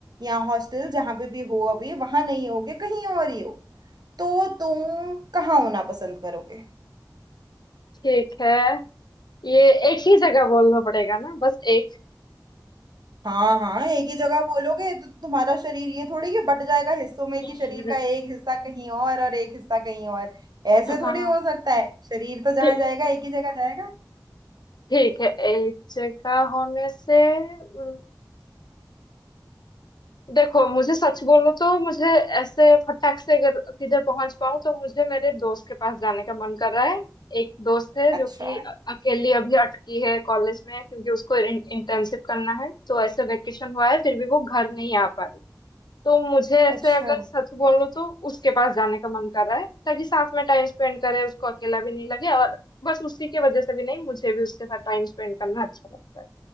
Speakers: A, on the right; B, on the left.
A: या हॉस्टल जहाँ पे भी हो अभी वहाँ नहीं होगे कहीं और ही हो तो तुम कहाँ होना पसंद करोगे
B: ठीक है ये एक ही जगह बोलना पड़ेगा ना बस एक
A: हाँ हाँ एक ही जगह बोलोगे तो तुम्हारा शरीर ये थोड़ी कि बट जाएगा हिस्सों में
B: <laughs>
A: कि शरीर का एक हिस्सा कहीं और और एक हिस्सा कहीं और
B: हाँ
A: ऐसे थोड़ी हो सकता है शरीर तो जहाँ
B: ठीक
A: जाएगा एक ही जगह जाएगा
B: ठीक है एक जगह होने से हम्म, देखो मुझे सच बोलूं तो मुझे ऐसे फटाक से अगर किधर पहुंच पाऊं तो मुझे मेरे दोस्त के पास जाने का मन कर रहा है एक दोस्त है जो
A: अच्छा
B: कि अ- अकेली अभी अटकी है कॉलेज में क्योंकि उसको इंटर्नशिप करना है तो ऐसे वेकेशन हुआ है फिर भी वो घर नहीं आ पा रही तो मुझे ऐसे
A: अच्छा
B: अगर सच बोलूं तो उसके पास जाने का मन कर रहा है ताकि साथ में टाइम स्पेंड करे उसको अकेला भी नहीं लगे और बस उसी की वजह से भी नहीं मुझे भी उसके साथ टाइम स्पेंड करना अच्छा लगता है